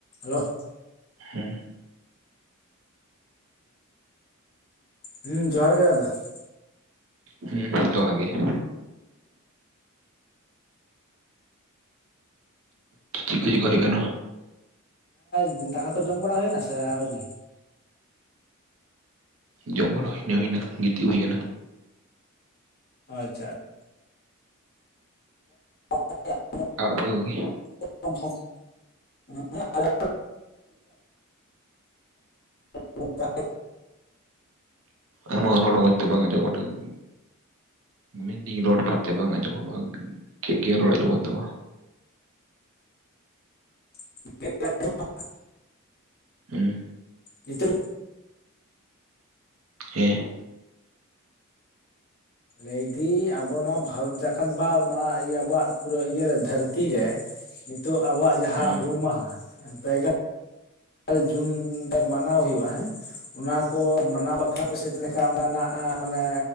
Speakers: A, on the left (about 45°); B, on the right (about 65°).
A: Hello.
B: ᱦᱮᱸ ᱾
A: ᱦᱩᱸ ᱡᱚᱦᱟᱨ ᱜᱮ ᱫᱟᱫᱟ ᱾
B: ᱦᱩᱸ ᱡᱚᱦᱟᱨ ᱜᱮ ᱾ ᱪᱤᱫ ᱠᱚ ᱪᱤᱠᱟᱭ ᱦᱩᱭᱩᱜ ᱠᱟᱱᱟ?
A: ᱦᱮᱸ ᱫᱟᱠᱟ ᱠᱚ ᱡᱚᱢ ᱵᱟᱲᱟ ᱦᱩᱭᱱᱟ ᱥᱮ ᱟᱹᱣᱨᱤ?
B: ᱡᱚᱢ ᱵᱟᱲᱟ ᱦᱩᱭᱱᱟ ᱦᱩᱭᱱᱟ ᱜᱤᱛᱤᱡ ᱦᱩᱭ ᱠᱟᱱᱟ ᱾
A: ᱟᱪᱪᱷᱟ ᱟᱪ <inaudible>
B: ᱟ ᱟᱯᱮ ᱠᱚᱜᱮ ᱾
A: <inaudible> <inaudible>
B: ᱟᱢᱟᱜ ᱨᱚᱲ ᱢᱚᱸᱡᱽ ᱛᱮ ᱵᱟᱝ ᱟᱸᱡᱚᱢᱚᱜ ᱠᱟᱹᱴᱤᱡ ᱢᱮᱱ ᱫᱤᱧ ᱨᱚᱲ ᱢᱚᱸᱡᱽ ᱛᱮ ᱵᱟᱝ ᱟᱸᱡᱚᱢᱚᱜ ᱠᱟᱱ ᱛᱟᱢᱟ ᱜᱮᱫ ᱜᱮᱫ ᱨᱚᱲ ᱟᱸᱡᱚᱢᱚᱜ ᱠᱟᱱ ᱛᱟᱢᱟ
A: <inaudible>
B: ᱦᱩᱸ
A: ᱱᱤᱛᱚᱜ
B: ᱦᱮᱸ
A: ᱞᱟᱹᱭ ᱫᱤᱧ ᱟᱵᱚ ᱱᱚᱣᱟ ᱵᱷᱟᱨᱚᱛ ᱡᱟᱠᱟᱛ ᱵᱟ ᱱᱚᱣᱟ ᱤᱭᱟᱹ ᱟᱵᱚᱣᱟᱜ ᱯᱩᱨᱟᱹ ᱤᱭᱟᱹ ᱨᱮ ᱫᱷᱟᱹᱨᱛᱤ ᱨᱮ ᱱᱤᱛᱚᱜ ᱟᱵᱚᱣᱟᱜ ᱡᱟᱦᱟᱸ
B: ᱦᱩᱸ
A: ᱦᱩᱞ ᱢᱟᱦᱟ ᱯᱮᱜ ᱜᱮᱞ ᱡᱩᱱ ᱱᱤᱛᱚᱜ ᱢᱟᱱᱟᱣ ᱦᱩᱭᱩᱜ-ᱟ ᱦᱮᱸ ᱚᱱᱟ ᱠᱚ ᱢᱟᱱᱟᱣ ᱵᱟᱠᱷᱨᱟ ᱟᱯᱮ ᱥᱮᱫ <inaudible> ᱠᱟ ᱚᱱᱠᱟᱱᱟᱜ ᱢᱟᱱᱮ